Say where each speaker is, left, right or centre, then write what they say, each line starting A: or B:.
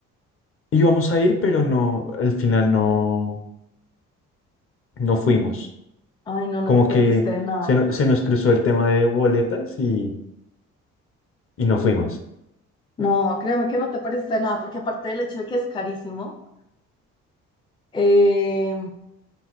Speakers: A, on the left; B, on the left.
A: Íbamos a ir, pero no, al final no, no fuimos.
B: Ay, no, no
A: Como
B: te perdiste
A: que
B: de nada.
A: se, no- se nos cruzó el tema de boletas y, y no fuimos.
B: No, créeme que no te perdiste de nada, porque aparte del hecho de que es carísimo, eh,